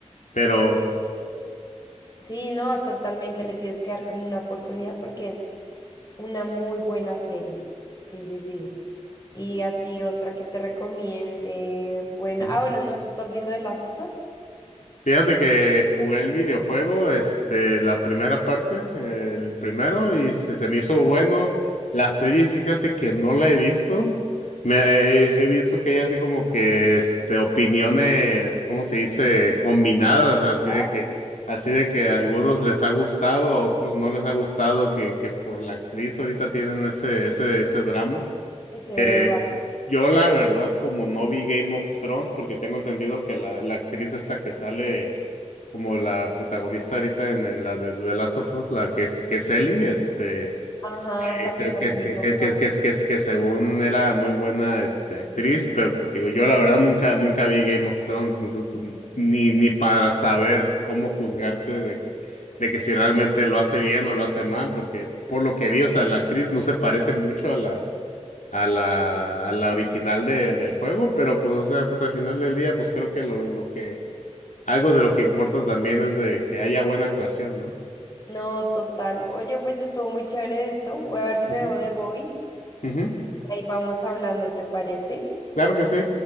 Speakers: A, on the left; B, on the left.
A: Pero,
B: Escu- sí, no, totalmente le tienes que dar como una oportunidad porque es una muy buena serie. Sí, sí, sí. Y así otra que te recomiende, buena.
A: ujú.
B: Ah, bueno, ¿no te estás viendo The Last of Us?
A: Fíjate que jugué el videojuego, este, la primera parte, eh, el primero,
B: Sí,
A: y se, se me hizo bueno. La serie, fíjate que no la he visto. Me, he, he visto que hay así como que, este, opiniones, ¿cómo se dice? Combinadas,
B: en cortadas,
A: así de que, así de que a algunos les ha gustado, a otros no les ha gustado, que, que por la actriz ahorita tienen ese, ese, ese drama.
B: Ese de
A: Eh,
B: What-
A: yo la verdad, como no vi Game of Thrones, porque tengo entendido que la, la actriz esta que sale como la protagonista ahorita en, en la de The Last of Us, la que es, que es Ellie, este,
B: Ajá, también
A: es el
B: sale
A: que,
B: Game
A: que, que,
B: of
A: que,
B: Thrones.
A: es- que, es- que, es- que según era muy buena este, actriz, pero como te digo yo la verdad nunca, nunca vi Game of Thrones, entonces pues, ni, ni para saber cómo juzgarte de que, de que si realmente lo hace bien o lo hace mal, porque por lo que vi, o sea, la actriz no se parece mucho a la a la, a la original del del juego, pero pues, o sea, pues al final del día, pues creo que lo, lo que, algo de lo que importa también es de que haya buena actuación, ¿no?
B: No, total. Oye, pues estuvo muy chévere esto. Voy a ver si
A: Ujú.
B: me veo The Voice
A: Ujú.
B: Ahí vamos hablando, ¿te parece?
A: Claro que sí.